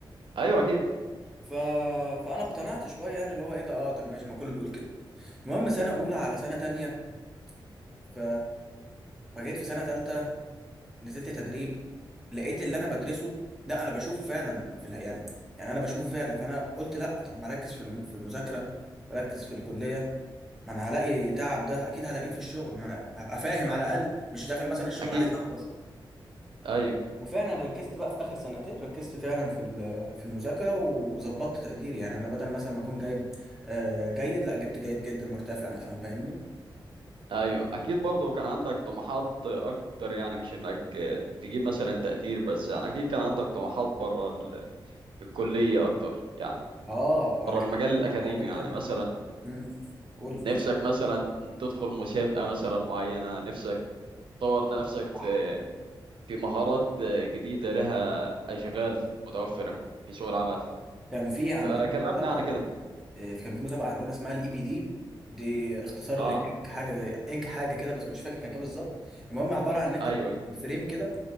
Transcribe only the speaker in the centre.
ف... فانا اقتنعت شويه يعني اللي هو ايه ده اه طب ماشي ما كله بيقول كده المهم سنه اولى على سنه تانية ف فجيت في سنه تالتة نزلت تدريب لقيت اللي انا بدرسه لا انا بشوفه فعلا في الح... يعني يعني انا بشوفه فعلا فانا قلت لا طب ما اركز في الم- في المذاكره ركز في الكليه ما انا هلاقي تعب ده اكيد هلاقيه في الشغل ما انا هبقى فاهم على الاقل مش داخل مثلا الشغل
عايز احفظ
وفعلا ركزت بقى في اخر سنتين ركزت فعلا في ال- في المذاكره وظبطت تقديري يعني انا بدل مثلا ما اكون جايب آه، جيد لا جبت جيد جدا مرتفع مثلا فاهمني
اه
انا كان
عندي
برضه حاجات
تانية
امم قول لي
صح
كان في عندنا
مسابقه
آه، كان في مسابقه عندنا اسمها الاي بي دي دي اختصار
لاج حاجه زي اج حاجه كده بس مش فاكر كان ايه بالظبط المهم عباره عن ان انت
بتعمل فريم كده